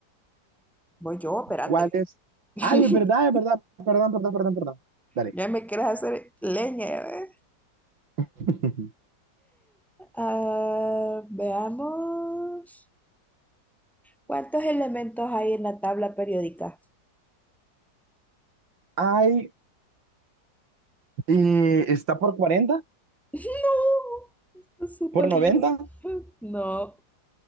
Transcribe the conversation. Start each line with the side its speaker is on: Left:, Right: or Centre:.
Centre: Voy yo, espérate.
Right: ¿Cuál es?
Centre: <laughs>
Right: Ay, es verdad, es verdad. Perdón, perdón, perdón, perdón. Dale.
Centre: Ya me quieres hacer leña, ya ves.
Right: <laughs>
Centre: Ah, veamos. ¿Cuántos elementos hay en la tabla periódica?
Right: Ay, eh, está por 40,
Centre: <laughs> No, está súper
Right: por 90,
Centre: lejos. No,